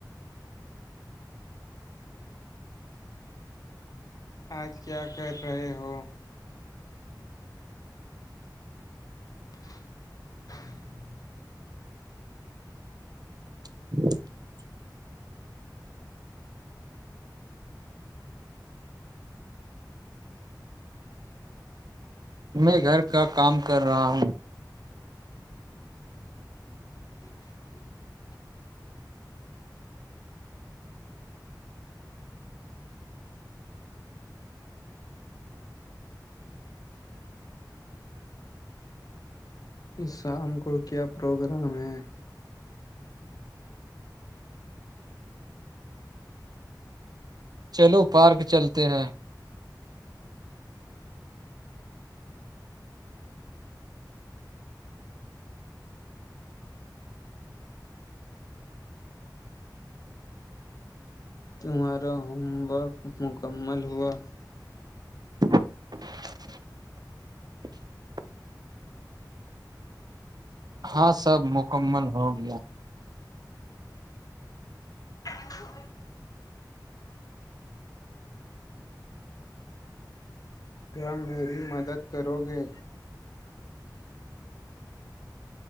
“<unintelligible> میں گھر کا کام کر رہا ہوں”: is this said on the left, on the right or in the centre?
Right